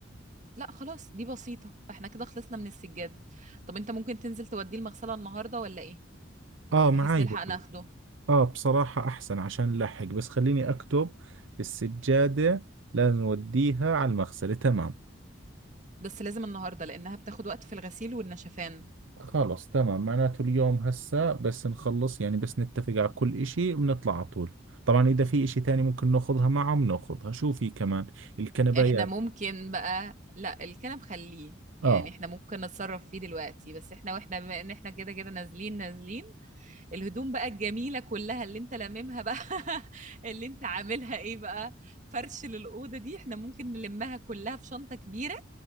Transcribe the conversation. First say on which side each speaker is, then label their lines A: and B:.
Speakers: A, on the right; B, on the right.
A: لا خلاص دي بسيطة فاحنا كده خلصنا من السجاد طب انت ممكن تنزل توديه المغسلة النهاردة ولا ايه
B: آه
A: بحيث
B: معاي
A: نلحق
B: وقت
A: ناخده
B: اه بصراحة احسن عشان نلحق بس خليني اكتب السجادة لازم نوديها على المغسلة تمام
A: بس لازم النهاردة لانها بتاخد وقت في الغسيل والنشفان
B: خلص تمام معناته اليوم هسا بس نخلص يعني بس نتفق على كل اشي بنطلع على طول طبعا اذا في اشي تاني ممكن ناخذها معه بناخذها شو في كمان الكنبايات
A: احنا ممكن بقى لا الكنب خليه يعني
B: اه
A: احنا ممكن نتصرف فيه دلوقتي بس احنا واحنا بما ان احنا كده كده نازلين نازلين الهدوم بقى الجميلة كلها اللي انت لاممها بقى <laughs> اللي انت عاملها ايه بقى فرش للأوضة دي احنا ممكن نلمها كلها في شنطة كبيرة